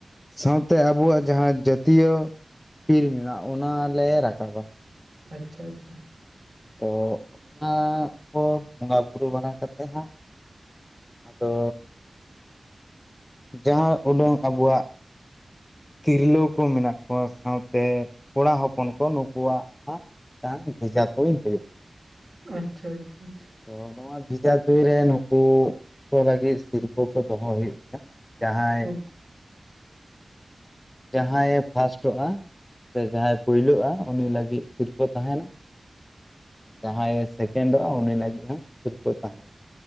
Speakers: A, on the left; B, on the right.
A: ᱥᱟᱶᱛᱮ ᱟᱵᱚᱣᱟᱜ ᱡᱟᱦᱟᱸ ᱡᱟᱹᱛᱤᱭᱚ ᱯᱤᱞ ᱢᱮᱱᱟᱜ ᱚᱱᱟᱞᱮ ᱨᱟᱠᱟᱵᱟ
B: ᱟᱪᱪᱷᱟ ᱟᱪᱪᱷᱟ
A: ᱛᱚ ᱚᱱᱟ ᱠᱚ ᱵᱚᱸᱜᱟ ᱵᱩᱨᱩ ᱵᱟᱲᱟ ᱠᱟᱛᱮ ᱦᱟᱸᱜ ᱟᱫᱚ ᱡᱟᱦᱟᱸ ᱩᱰᱩᱝ ᱟᱵᱚᱣᱟᱜ ᱛᱤᱨᱞᱟᱹ ᱠᱚ ᱢᱮᱱᱟᱜ ᱠᱚᱣᱟ ᱥᱟᱶᱛᱮ ᱠᱚᱲᱟ ᱦᱚᱯᱚᱱ ᱠᱚ ᱱᱩᱠᱩᱣᱟᱜ ᱦᱟᱸᱜ ᱴᱟᱝ ᱵᱮᱡᱷᱟ ᱛᱩ ᱦᱳᱭᱳᱜ
B: ᱟᱪᱪᱷᱟ ᱟᱪᱪᱷᱟ ᱟᱪᱪᱷᱟ
A: ᱛᱚ ᱱᱚᱣᱟ ᱵᱮᱡᱷᱟ ᱛᱩᱧ ᱨᱮ ᱱᱩᱠᱩ ᱠᱚ ᱞᱟᱹᱜᱤᱫ ᱥᱤᱨᱯᱟᱹ ᱠᱚ ᱫᱚᱦᱚ ᱦᱩᱭᱩᱜ ᱜᱮᱭᱟ ᱡᱟᱦᱟᱸᱭ
B: ᱟᱪᱪᱷᱟ <inaudible>
A: ᱡᱟᱦᱟᱸᱭᱮ ᱯᱷᱟᱥᱴᱚᱜᱼᱟ ᱥᱮ ᱡᱟᱦᱟᱸᱭ ᱯᱳᱭᱞᱳᱼᱟ ᱩᱱᱤ ᱞᱟᱹᱜᱤᱫ ᱥᱤᱨᱯᱟᱹ ᱛᱟᱦᱮᱱᱟ᱾ ᱡᱟᱦᱟᱸᱭᱮ ᱥᱮᱠᱮᱱᱰᱚᱜᱼᱟ ᱩᱱᱤ ᱞᱟᱹᱜᱤᱫ ᱦᱚᱸ ᱥᱤᱨᱯᱟᱹ ᱛᱟᱦᱮᱱᱟ᱾